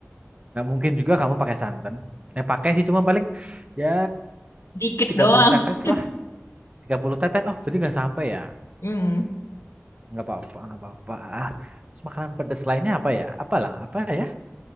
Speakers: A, on the right (about 25°); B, on the left (about 80°).
A: Nggak mungkin juga kamu pakai santan. Yang pakai sih cuma paling ya
B: Dikit
A: 30
B: doang.
A: tetes
B: <laughs>
A: lah. tiga puluh tetes. Oh, berarti nggak sampai ya.
B: Hmm.
A: Nggak apa-apa, nggak apa-apa. Ah, terus makanan pedas lainnya apa ya? Apalah, apa ya?